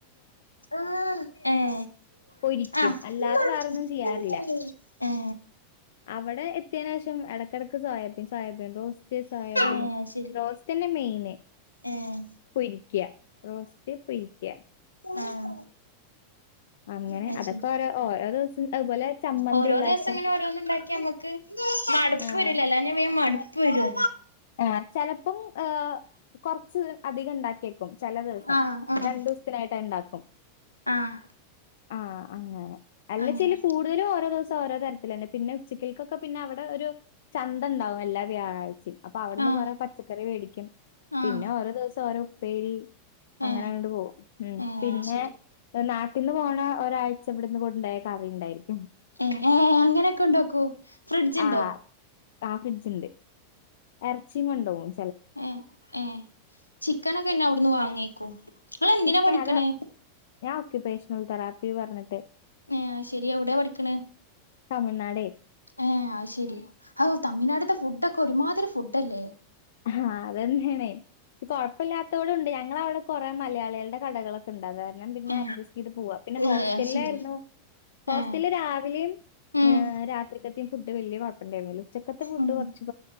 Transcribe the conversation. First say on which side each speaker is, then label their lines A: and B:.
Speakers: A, on the left (about 85°); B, on the left (about 60°).
A: ആ ഏ
B: പൊരിക്കും
A: ആ <unintelligible>
B: അല്ലാതെ വേറൊന്നും ചെയ്യാറില്ല.
A: ഏ
B: ഇവടെ എത്തിയയ്നേഷം എട ഇടക്ക് സോയാബീൻ, സോയാബീൻ റോസ്റ്റ്‌, സോയാബീൻ
A: ഏഹ് ശരി
B: റോസ്റ്റ് എന്നെ മെയിന്
A: ഏഹ്
B: പൊരിക്ക റോസ്റ്റ് പൊരിക്കാ
A: ആഹ
B: <inaudible>
A: അയ്
B: അതൊക്കെ
A: ശരി
B: ഓരോ ഓരോ ദിവസം അതുപോലെ ചമ്മന്തി
A: ഓരോ
B: ഉണ്ടാക്കും
A: ദിവസം ഇങ്ങനെ ഓരോന്ന് ഇണ്ടാക്കിയ നമുക്ക് മടുപ്പ്
B: ആഹ്
A: വരല്ലല്ലോ അല്ലാഞ്ഞ വേ മടുപ്പ് വരുല്ലോ
B: ആ ചെലപ്പം ഹ് കൊറച്ച് അധികം ഉണ്ടാക്കിയേക്കും ചെല ദിവസം
A: ആഹ് ആഹ്
B: രണ്ടു ദിവസത്തിനായിട്ട് ഉണ്ടാക്കും
A: ആഹ്
B: ആഹ അങ്ങനെ അല്ലെച്ച
A: അങ്ങനെ
B: കൂടുതലും ഓരോ ദിവസം ഓരോ തരത്തിലന്നെ പിന്നെ ഉച്ചക്കേക്കൊക്കെ പിന്നെ അവിടെ ഒരു ചന്ത ഉണ്ടാവും എല്ലാ വ്യാഴാഴ്ചയും അപ്പൊ അവിടുന്ന്
A: ആഹ്
B: കൊറെ പച്ചക്കറി വേടിക്കും
A: ആഹ്
B: പിന്നെ ഓരോ ദിവസം ഓരോ ഉപ്പേരി
A: ഏ
B: അങ്ങനെ അങ്ങോട്ട് പോകും ഉം
A: ഏ
B: പിന്നെ
A: ശരി
B: നാട്ടിൽന്ന് പോണ ഒരാഴ്ച ഇവിടുന്ന് ഉണ്ടായ കറിയുണ്ടായിരിക്കും
A: ഏ ഏ അങ്ങനെയൊക്കെ ഉണ്ടാക്കോ ഫ്രിഡ്ജ് ഉണ്ടോ
B: ആ ആ ഫ്രിഡ്ജ്ണ്ട് എറച്ചിയും കൊണ്ടു പോവും
A: ഏ ഏ ചിക്കനൊക്കെ പിന്നെ അവിടുന്ന് വാങ്ങേക്കും ങ്ങള എന്തിനാ
B: ചിക്കൻ
A: പഠിക്കണേ
B: അത് ഞാൻ ഓക്യുപേഷണൽ തെറാപ്പി പറഞ്ഞിട്ട്
A: ഏ അയ് ശരി എവിടെയാ പഠിക്കണ
B: തമിഴ്നാടെ
A: ഏ അയ്ശെരി അ തമിഴ്നാടുത്തെ ഫുഡൊക്കെ ഒരുമാതിരി ഫുഡ്ല്ലേ
B: ആഹ അതന്നെണേ കൊഴപ്പല്ല്യാത്തോലുണ്ട് ഞങ്ങൾ അവിടെ കുറെ മലയാളികളുടെ കടകളൊക്കെ ഉണ്ട് അത് കാരണം പിന്നെ
A: ഏ
B: അഡ്ജസ്റ്റ് ചെയ്ത് പോവാം പിന്നെ
A: ഏ
B: ഹോസ്റ്റലിലായിരുന്നു
A: അത് ശരി
B: ഹോസ്റ്റലിൽ
A: ഏ
B: രാവിലെയും
A: ഉം
B: രാത്രി കത്തേയും ഫുഡ് വലിയ കുഴപ്പണ്ടായിരുന്നില്ല ഉച്ചക്കത്തെ ഫുഡ്
A: ഉം
B: കുറച്ച്